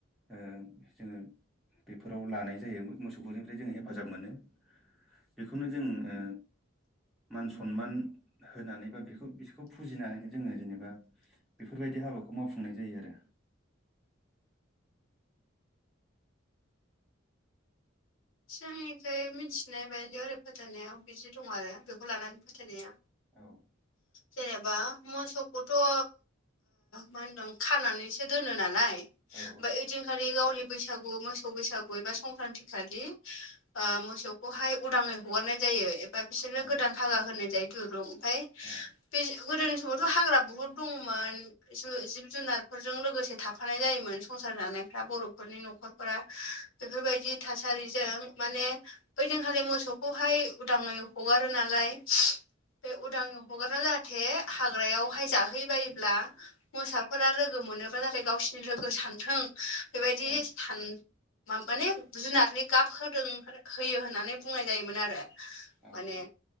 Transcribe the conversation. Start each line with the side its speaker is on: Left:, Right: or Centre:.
Centre: ओ जोङो बेफोराव लानाय जायो मोसौफोरनिफ्राय जों हेफाजाब मोनो। बेखौनो जों ओ मान सनमान होनानै बा बेखौ बिसोरखौ फुजिनानै जोङो जेनेबा बेफोरबायदि हाबाखौ मावफुंनाय जायो आरो।
Left: सिगांनिखो मिन्थिनाय बायदियाव ओरै फोथायनायाव बिदि दं आरो बेखौ लानानै फोथायनाया।
Centre: औ।
Left: जेनेबा मोसौखौथ' ओ मा होनदों खानानैसो दोनो नालाय। ओमफाय
Centre: औ
Left: ओइदिनखालि गावनि बैसागु मोसा सौ बैसागु एबा संक्रान्ति खालि ओ मोसौखौहाय उदाङै हगारनाय जायो। बा बिसोरनो
Centre: औ
Left: गोदान फागा होनाय जायो दुरुं। ओमफफ्राय
Centre: औ
Left: बे गोदोनि समावथ' हाग्रा बुहुद दङमोन। जिब जुनारफोरजों लोगोसे थाफानाय जायोमोन संसार जानायफ्रा बर'फोरनि न'खरफोरा बेफोरबायदि थासारिजों माने ओइदिनखालि मोसौखौहाय उदाङै हगारो नालाय बे उदाङै हगारा जाहाथे हाग्रायावहाय जाहै बायोब्ला मोसाफोरा लोगो मोनोबा जाहाथे गावसिनि लोगो सानथों बेबायदि
Centre: औ
Left: सान माने जुनारनि गाब होदों होयो होननानै बुंनाय जायोमोन आरो।
Centre: औ
Left: माने
Centre: औ